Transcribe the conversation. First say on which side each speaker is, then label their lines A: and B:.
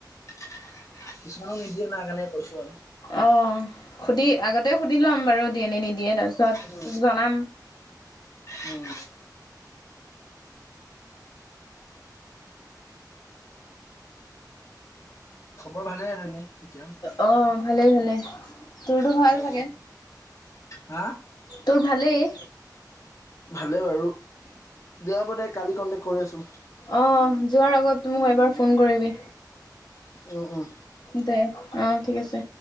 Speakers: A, on the left; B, on the left.
A: কিছুমানক নিদিয়ে ন কাৰণে কৈছো আৰু
B: অ সুধি আগতে সুধি লম বাৰু দিয়ে নে নিদিয়ে তাৰপিছত
A: আৰু
B: তোক জনাম
A: উম খবৰ ভালে আৰু এনে এতিয়া
B: অ ভালেই ভালে তোৰতো
A: অ,
B: ভাল চাগে
A: হা
B: তোৰ ভালেই
A: হলে বাৰু যাব দে কালি কন্টেক কৰি আছো
B: অ যোৱাৰ আগত মোক এবাৰ ফোন কৰিবি
A: অ অ
B: দে আহ ঠিক আছে